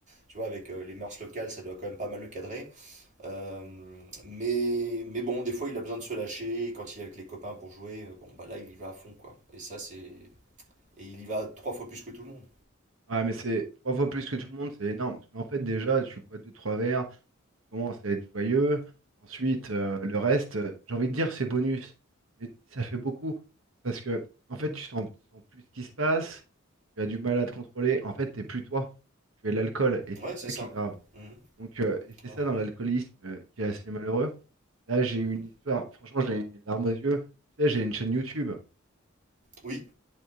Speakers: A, on the right (about 35°); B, on the right (about 75°).
A: tu vois, avec euh, les mœurs locales, ça doit quand même pas mal le cadrer. Euh, mais, mais bon, des fois il a besoin de se lâcher. Et quand il est avec les copains pour jouer, euh, bon bah là il y va à fond quoi. Et ça c'est, et il y va trois fois plus que tout le monde.
B: Ouais, mais c'est trois fois plus que tout le monde, c'est énorme. Parce qu'en fait, déjà, tu bois deux, trois verres, tu commences à être joyeux. Ensuite, euh, le reste, euh, j'ai envie de dire, c'est bonus. Mais ça fait beaucoup. Parce que, en fait, tu sens, tu sens plus ce qui se passe, tu as du mal à te contrôler. En fait, t'es plus toi. Tu es l'alcool et c'est
A: Ouais, c'est
B: ça
A: ça.
B: qui est grave.
A: Mhm.
B: Donc, euh, et c'est
A: Ouais.
B: ça dans l'alcoolisme euh, qui est assez malheureux. Là, j'ai eu
A: Mhm.
B: une histoire, franchement, j'ai une larme aux yeux. Tu sais, j'ai une chaîne YouTube,
A: Oui,